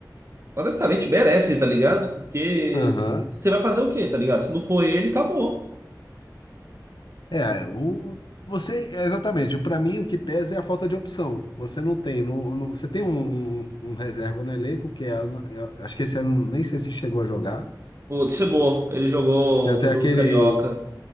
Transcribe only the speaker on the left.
Aham.
É, é, o, você, é exatamente, para mim o que pesa é a falta de opção. Você não tem, no, no- você tem um, um, um reserva no elenco, que é, eu acho que esse ano nem sei se chegou a jogar.
Já tem
aquele,